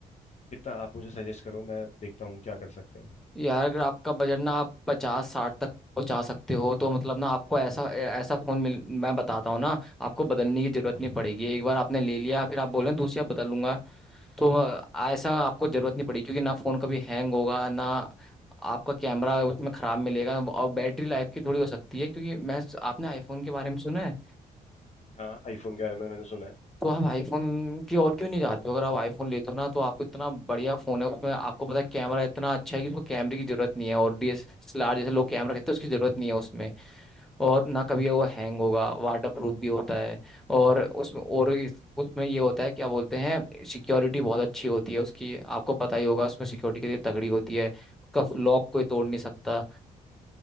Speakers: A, on the left (about 35°); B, in the centre.
A: कितना आप मुझे सजेस्ट करो मैं देखता हूँ क्या कर सकते हैं
B: यार अगर आपका बजट ना आप पचास साठ तक पहुंचा सकते हो तो मतलब ना आपको ऐसा ऐसा फोन मिल मैं बताता हूँ ना आपको बदलने की जरूरत
A: हम्म।
B: नहीं पड़ेगी एक बार आपने ले लिया फिर आप बोल रहे हैं दूसरी आप बदल लूंगा तो अ, ऐसा आपको जरूरत नहीं पड़ेगी क्योंकि ना फोन कभी हैंग होगा ना आपका कैमरा उसमें खराब मिलेगा और बैटरी लाइफ की थोड़ी हो सकती है क्योंकि मैं आपने आईफोन के बारे में सुना है
A: हाँ आईफोन के बारे में मैंने सुना है
B: तो आप आईफोन की ओर क्यों नहीं जाते हो अगर आप आईफोन लेते हो ना तो आपको इतना बढ़िया फोन है उसमें आपको पता है कैमरा इतना अच्छा है कि उसको कैमरे की जरूरत नहीं है और डीएसएलआर जैसे लोग कैमरा कहते हैं उसकी जरूरत नहीं है उसमें और ना कभी वो हैंग होगा वाटर प्रूफ भी होता है और उसमें और इस, उसमें ये होता है क्या बोलते हैं सिक्योरिटी बहुत अच्छी होती है उसकी आपको पता ही होगा उसमें सिक्योरिटी के लिए तगड़ी होती है उसका लॉक कोई तोड़ नहीं सकता